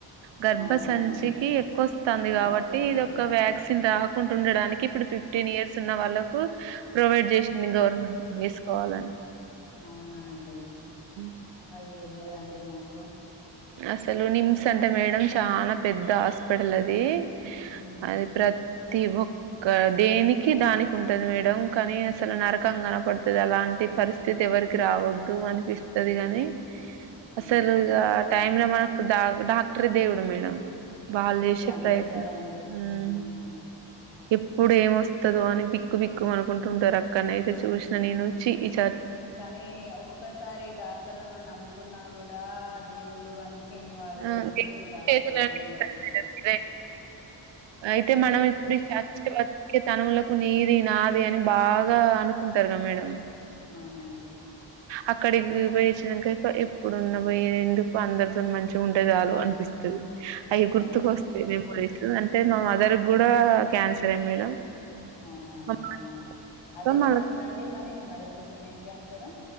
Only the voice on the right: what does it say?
గర్భ
సంచికి
ఎక్కువ వస్తుంది
కాబట్టి
ఇది ఒక
వ్యాక్సిన్ రాక్ కుంటుండడానికి ఇప్పుడు ఫిఫ్టీన్ ఇయర్స్ న్న వాళ్ళకు ప్రొవైడ్ చేసింది గవర్నమెంట్ వేసుకోవాలని
మ్
అసలు నిమ్స్ అంటే మేడం చాలా పెద్ద హాస్పిటల్ అది
అది ప్రతి ఒక్ క్క దేనికి దానికి ఉంటది మేడం కానీ అసలు నరకం కనపడుతది అలాంటి పరిస్ స్థితి ఎవరికి రావద్దు అనిపిస్తది గాని
అసలు ఇగ టైమ్ లో మనకు డాక్ డాక్టరే దేవుడు మేడం వాళ్ళు చేసే
ప్రయత్నలు
మ్ ఎప్పుడు ఏమొస్తదో అని బిక్కు బిక్కు అనుకుంటుంటారు అక్కడనయితే చూసిన నేను వచ్చి ఈ చా
ఆ
దేవుడి
చేతిలోనే
ఉంటది
మేడం. అయితే మనం ఇప్పుడు <unintelligible> కే తనములకు నీది నాది అని బాగా అనుకుంటారుగా మేడం
అక్కడికి పోయ్యోచ్చినంక ఎప్పుడున్న పోయే ఎందుకు అందరితోన్ మంచ్ చిగుంటే చాలు అనిపిస్తది అయి గుర్తుకొస్
తె మెమోరీస్ అంటే మా మదర్ కూడా క్యాన్సరే మేడం
మా మదర్‌తో
మళ్ళ